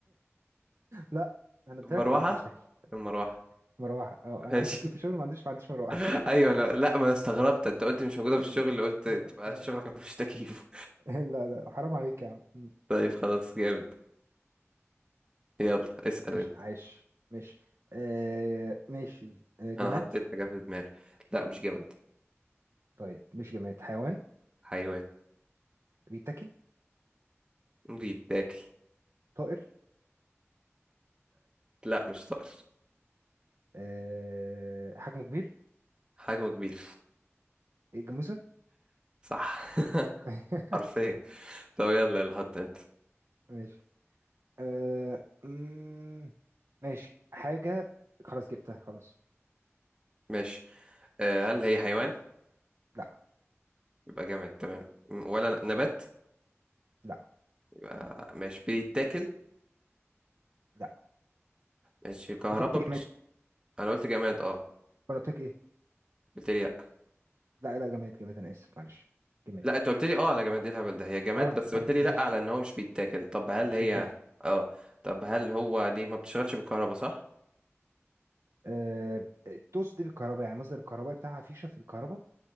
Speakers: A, on the right; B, on the right.
A: لا انا قلت
B: مروحة
A: لك لا مش تكييف
B: المروحة
A: مروحه اه انا
B: ماشي
A: عندي تكييف في شغلي ما عنديش ما عنديش مروحه
B: <laughs> ايوه انا لا ما انا استغربت انت قلت مش
A: <laughs>
B: موجودة في الشغل قلت
A: آه،
B: تبقى
A: آه.
B: شغلك مفيش تكييف
A: لا لا حرام عليك يا عم
B: <laughs>
A: أمم.
B: طيب
A: لا،
B: خلاص جامد يلا اسأل
A: قشطة
B: انت
A: عايش ماشي آه ماشي آه جماد
B: انا حطيت حاجة في دماغي لا مش جامد
A: طيب مش جماد حيوان
B: حيوان
A: بيتاكل
B: بيتاكل
A: طائر
B: لا مش طائر
A: أه حجمه كبير
B: حجمه كبير
A: إيه، جاموسة
B: <laughs> صح <laughs>
A: <laughs>
B: حرفيا طب يلا يلا حط انت
A: ماشي أه مم، ماشي حاجة خلاص جبتها خلاص
B: ماشي آه، هل هي حيوان
A: لا
B: يبقى جامد تمام م- ولا ن- نبات
A: لا
B: يبقى ماشي بيتاكل
A: لا
B: ماشي كهربا
A: انت قلت جماد
B: بتش... انا قلت جماد اه
A: وانا قلت لك ايه
B: قلت لي لا
A: لا لا جماد جماد انا اسف معلش جماد
B: لا انت قلت لي اه على جماد ايه الهبل ده هي جماد
A: اه
B: بس
A: تمام
B: قلت لي لا
A: ماشي
B: على ان هو مش بيتاكل طب هل
A: مش
B: هي
A: بيتاكل
B: اه طب هل هو دي ما بتشتغلش بالكهرباء صح
A: أه تقصد ايه بالكهرباء يعني مصدر الكهرباء بتاعها فيشة في الكهرباء